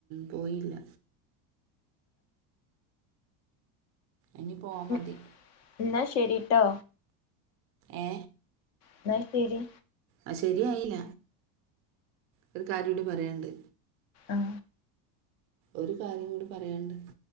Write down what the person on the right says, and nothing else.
പോയില്ല ഇനി പോവാ
മതി
ഏ
ആ ശരിയയിന ഒരു കാര്യം ഇടി പറയണ്ട്
ഒരു കാര്യം കൂടി പറയണ്ട്